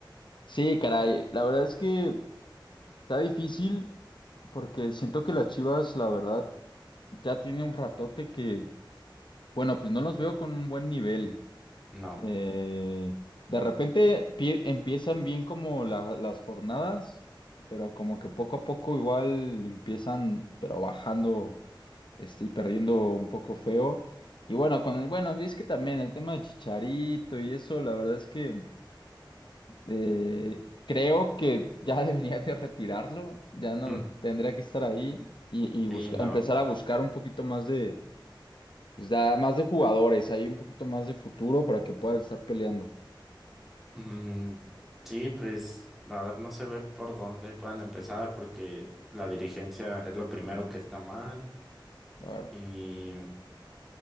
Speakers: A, on the left (about 65°); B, in the centre.
A: sí, caray, la verdad es que está difícil porque siento que las Chivas, la verdad, ya tiene un ratote que, bueno, pues no los veo con un buen nivel.
B: No.
A: Eh, de repente pie- empiezan bien como la- las jornadas, pero como que poco a poco igual empiezan, pero bajando. este, y perdiendo un poco feo. Y bueno, con el, bueno, es que también el tema de Chicharito y eso, la verdad es que eh, creo que ya <laughs> debería de retirarlo, ya no
B: Mm,
A: tendría que estar ahí y, y
B: Sí,
A: buscar,
B: no.
A: empezar a buscar un poquito más de, pues, da- más de jugadores, ahí un poquito más de futuro para que puedan estar peleando.
B: Mm, Sí, pues la verdad no se ve por dónde puedan empezar porque la dirigencia es lo primero que está mal
A: Claro.
B: y,